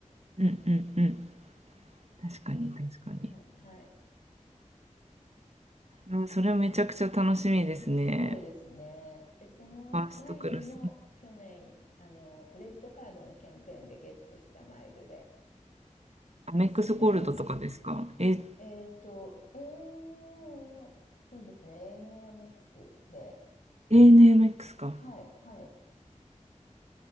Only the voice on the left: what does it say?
はい、はい。
そうですね。で、そのマイルも去年、
あの、クレジットカードのキャンペーンでゲットしたマイルで
ですね、あ、えっと、ANA、そうですね、ANA アメックスで、
はい、はい。